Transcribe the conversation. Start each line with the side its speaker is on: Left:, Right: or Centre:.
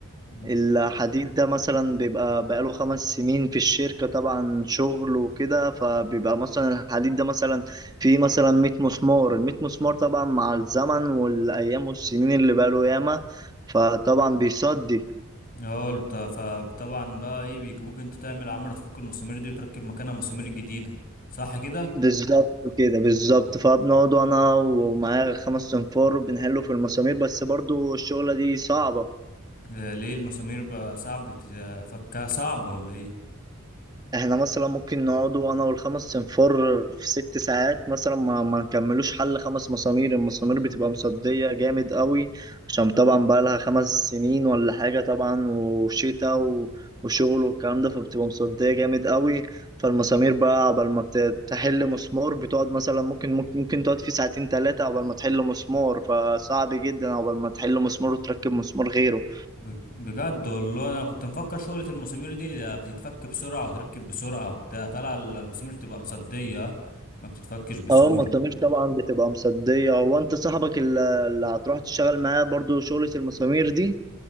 Left: مم.
Right: الحديد ده مثلا بيبقى بقاله خمس سنين في الشركة طبعا شغل وكده فبيبقى مثلا الحديد ده مثلا فيه مثلا 100 مسمار ال 100 مسمار طبعا مع الزمن والأيام والسنين اللي بقاله ياما فطبعا بيصدي
Left: اه البت- فطبعا بقى ايه بيجيبوك انت تعمل عمرة تفك المسامير دي وتركب مكانها مسامير جديدة صح كده
Right: بالظبط كده بالظبط فبنقعد أنا ومعايا خمس أنفار بنحله في المسامير بس برضو الشغلة دي صعبة
Left: آه، ليه المسامير بقى صعب بتفكها صعب ولا ايه
Right: احنا مثلا ممكن نقعدوا انا والخمس صنفار في ست ساعات مثلا ما ما نكملوش حل خمس مسامير المسامير بتبقى مصدية جامد قوي عشان طبعا بقى لها خمس سنين ولا حاجة طبعا وشتاء و- وشغل والكلام ده فبتبقى مصدية جامد قوي فالمسامير بقى عقبال ما بتحل مسمار بتقعد مثلا ممكن ممكن ممكن تقعد فيه ساعتين ثلاثة عقبال ما تحل مسمار فصعب جدا عقبال ما تحل مسمار وتركب مسمار غيره
Left: بج- بجد والله انا كنت مفكر شغلة المسامير دي لا بتتفك بسرعة وتركب بسرعة وبتاع طلع ال- المسامير تبقى مصدية ما بتتفكش بسهولة
Right: اه ما الضمير طبعا بتبقى مصدية هو انت صاحبك اللي اللي هتروح تشتغل معاه برضو شغلة المسامير دي